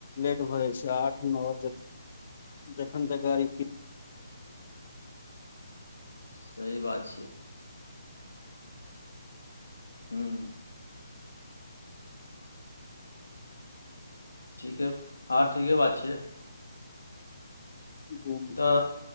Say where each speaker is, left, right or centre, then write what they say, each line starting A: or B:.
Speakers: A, on the left; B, on the left.
A: लेट भऽ जाइ छय आठ नो जख जखन तऽ गाड़ी
B: सही बात छीयइ हूँ ठीके हाँ ठीके बात छियइ
A: कहू
B: तऽ